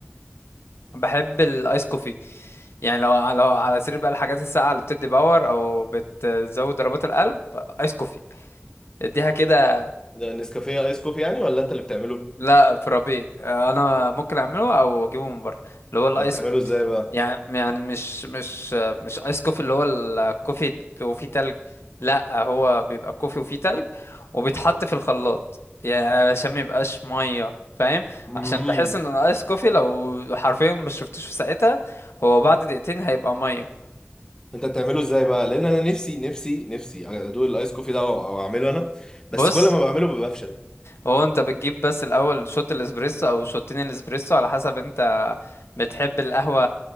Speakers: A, on the left; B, on the left.
A: بحب الايس كوفي يعني لو على لو على سير بقى الحاجات الساقعة اللي بتدي باور او بتزود ضربات القلب ايس كوفي اديها كده
B: ده نسكافيه ايس كوفي يعني ولا انت اللي بتعمله
A: لا في ربيع آه، انا ممكن اعمله او اجيبه من بره اللي هو الايس
B: ده بتعمله ازاي بقى
A: يعني يعني مش مش آه، مش ايس كوفي اللي هو الكوفي وفيه تلج لا هو بيبقى كوفي وفيه تلج وبيتحط في الخلاط يعني علشان ما يبقاش ميه فاهم
B: مم.
A: عشان بحس ان الايس كوفي لو حرفيا ما شربتوش في ساعتها هو بعد دقيقتين هيبقى ميه
B: انت بتعمله ازاي بقى لان انا نفسي نفسي نفسي ادوق الايس كوفي ده او او اعمله انا
A: بص
B: بس كل ما بعمله بفشل
A: هو انت بتجيب بس الاول شوت الاسبريسو او شوتين الاسبريسو على حسب انت بتحب القهوة